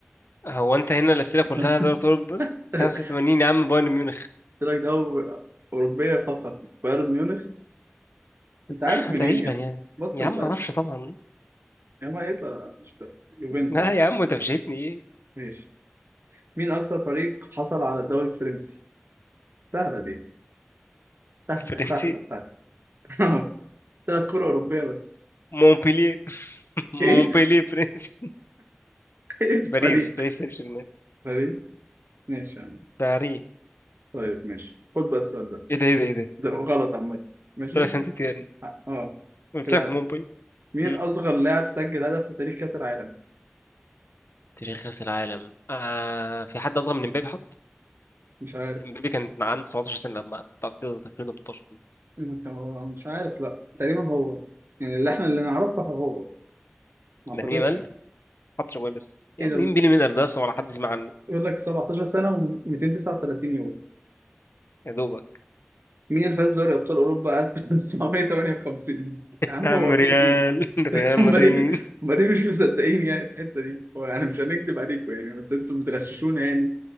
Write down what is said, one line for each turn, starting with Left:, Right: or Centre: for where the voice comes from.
Left: هو انت هنا الاسئله كلها
Right: <laughs>
Left: دوري ابطال بص
Right: قلت
Left: 85 يا عم بايرن ميونخ
Right: لك ده هو اوروبيه فقط بايرن ميونخ انت عارف
Left: <laughs>
Right: منين
Left: تقريبا
Right: يعني
Left: يعني
Right: بطل
Left: يا عم
Right: بقى
Left: ما اعرفش طبعا
Right: يا ما يطلع مش فاهم. يوفنتوس
Left: لا يا عم انت مش شايفني ايه
Right: ماشي مين اكثر فريق حصل على الدوري الفرنسي سهله دي سهله
Left: فرنسي
Right: سهله سهله <laughs> اه طلعت كرة أوروبية بس
Left: مونبلييه <laughs>
Right: إيه؟
Left: مونبلييه فرنسي
Right: إيه الفريق؟
Left: باريس باريس سان جيرمان
Right: فريق؟ ماشي يا عم
Left: باري
Right: طيب ماشي خد بقى السؤال ده
Left: ايه ده ايه ده ايه ده
Right: ده غلط عامة ماشي؟
Left: طلع سانت تيرن
Right: اه
Left: قلت
Right: كده
Left: لك مومباي
Right: مين
Left: مم.
Right: أصغر لاعب سجل هدف في تاريخ كأس العالم؟
Left: تاريخ كأس العالم آه في حد أصغر من امبابي حط
Right: مش عارف
Left: امبابي كان عنده 17 سنة لما تعطيه 2018
Right: أنت- مش عارف لأ تقريبا هو يعني اللي احنا اللي نعرفه هو ما أعتقدش
Left: لامين يامال حط شغال لسه يا
Right: إيه
Left: عم
Right: ده؟
Left: مين بيلي ميلر ده أصلا ولا حد سمع عنه
Right: يقول لك 17 سنة و239 يوم
Left: يا دوبك
Right: مين اللي فاز بدوري أبطال أوروبا 1958 يا عم
Left: يا عم
Right: هو
Left: ريال
Right: في إيه؟
Left: <laughs> ريال
Right: امال
Left: مدريد
Right: ايه امال ايه مش مصدقين يعني الحته دي هو انا مش هنكدب عليكم يعني بس انتوا بتغششونا يعني